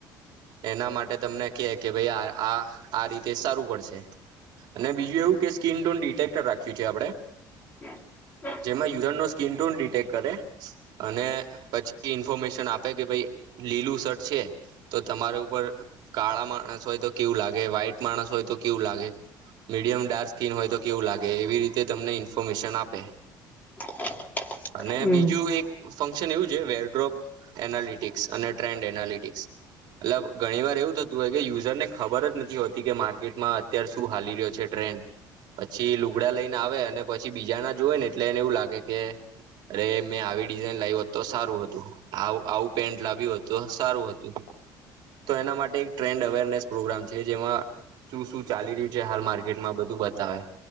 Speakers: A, on the right; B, on the left.
A: એના માટે તમને કે કે ભાઈ આ આ આ રીતે સારું પડશે. અને બીજું એવું કે સ્કીિન ટોન ડિટેક્ટર રાખ્યું છે આપડે
B: <inaudible>
A: જેમાં યુરાન નો સ્કીિન ટોન ડિટેક્ટ કરે અને પછી ઇન્ફોર્મેશન આપે કે ભઈ લીલું શર્ટ છે તો તમારા ઉપર કાળા માણસ હોય તો કેવું લાગે વ્હાઈટ માણસ હોય તો કેવું લાગે મીડિયમ ડાર્ક સ્કીિન હોય તો કેવું લાગે એવી રીતે તમને ઇન્ફોર્મેશન આપે.
B: <inaudible>
A: અને
B: હમ
A: બીજું એક ફંક્શન એવું છે વેરડ્રોપ એનાલિટિક્સ અને ટ્રેન્ડ એનાલિટિક્સ. એટલે ઘણી વાર એવું થતું હોય કે યુઝર ને ખબર જ નથી હોતી કે માર્કેટમાં અત્યારે શું હાલી રહ્યો છે ટ્રેન્ડ પછી લુગડા લઈને આવે અને પછી બીજા ના જોએ ને એટલે એને એવું લાગે કે અરે મેં આવી ડિઝાઇન લાઈ હોત તો સારું હતું આવું પેન્ટ લાવ્યું હોત તો સારું હતું. તો એના માટે એક ટ્રેન્ડ અવેરનેસ પ્રોગ્રામ છે જેમાં શું શું ચાલી રહ્યું છે હાલ માર્કેટમાં બધું બતાવે.